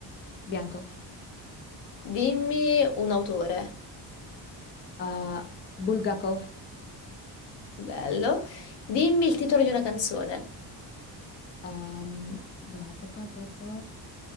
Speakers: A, on the left (about 25°); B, on the left (about 85°).
A: Bianco.
B: dimmi un autore,
A: Ah, Bulgakov.
B: bello, dimmi il titolo di una canzone.
A: Ehm, ba, ba, ba, ba, ba.